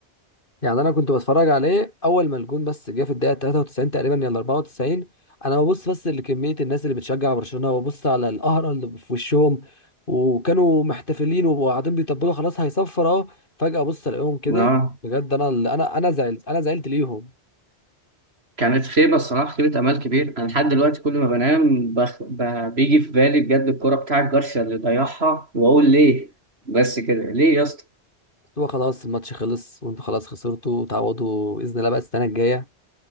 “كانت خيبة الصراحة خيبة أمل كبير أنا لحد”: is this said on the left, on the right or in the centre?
Right